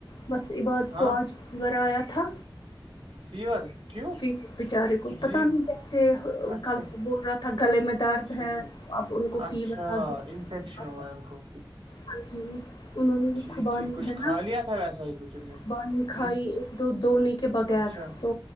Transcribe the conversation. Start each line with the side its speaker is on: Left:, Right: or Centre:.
Left: بس عباد
Right: ہاں
Left: کو آج ورایا تھا
Right: فیور کیوں
Left: فی بچارے کو پتہ
Right: جی
Left: نہیں سے
Right: اچھا
Left: کل سے بول رہا تھ گلے میں درد
Right: ٹھیک
Left: ہے اب ان کو
Right: اچھا
Left: فیور آ گیا
Right: انفیکشن ہوا ہے ان کو
Left: ہاں جی انہوں نے
Right: ٹھیک
Left: خوبانی
Right: ٹھیک کچھ
Left: ہے
Right: کھا
Left: نا
Right: لیا تھا ویسا ہی کچھ ان نے
Left: خوبانی کھائی
Right: ہ
Left: تو دنے کے بغیر
Right: اچھا
Left: تو